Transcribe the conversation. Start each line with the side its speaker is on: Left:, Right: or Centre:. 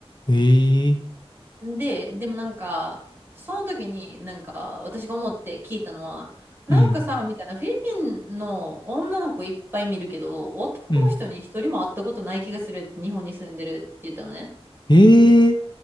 Left: ええ
Right: で、でもなんか、その時になんか私が思って聞いたのは、なんかさ、
Left: うん、
Right: みたいな、フィリピンの女の子いっぱい見るけど、男の人に一人も会ったことない気がするって日本に住んでるって言ったのね。
Left: うん、ええ